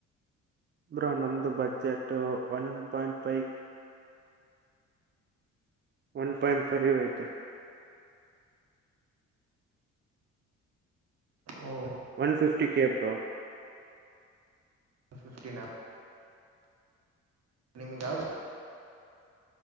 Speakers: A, on the right; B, on the right.
A: ಬ್ರೋ ನಮ್ದು budget one point five one point ಪರಿಯತೆ
B: ಓ
A: ಒನ್ ಫಿಫ್ಟಿ ಕೇ ಬ್ರೋ
B: ಫಿಫ್ಟಿನ ನಿಮಗೆ ಯಾವ್ದ